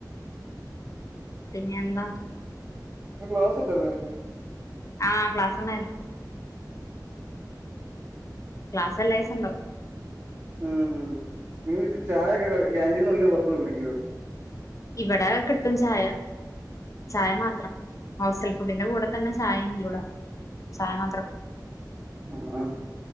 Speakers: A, on the left; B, on the right.
A: പിന്നെ എന്താ
B: ഇന്ന് ക്ലാസ്സ്‌ ഇല്ലാരുന്നോ നിങ്ങക്ക്
A: ആഹ് ക്ലാസ് ഉണ്ടാരുന്നു
B: ഉം
A: ക്ലാസ് എല്ലാ ദിവസവും ഉണ്ടാവും
B: ഉം നിങ്ങ ചായൊക്കെ കാന്റീൻന്ന് കുടിക്കുവോ പുറത്ത് പോയി കുടിക്കുവോ
A: ഇവിടെ കിട്ടും ചായ ചായ മാത്രം ഹോസ്റ്റൽ ഫുഡിന്റെ കൂടെ തന്നെ ചായ ഇൻക്ലൂഡാ ചായ മാത്രം
B: ആഹ്